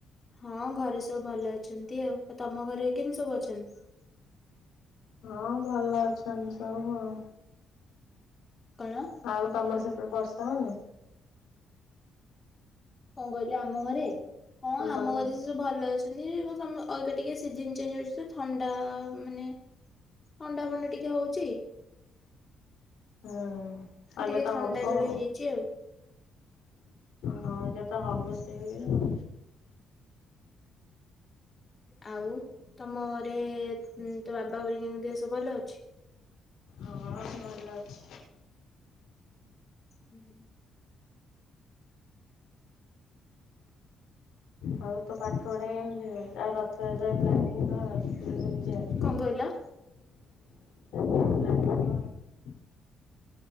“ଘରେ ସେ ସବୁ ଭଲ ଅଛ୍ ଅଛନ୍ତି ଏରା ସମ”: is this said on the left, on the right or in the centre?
Left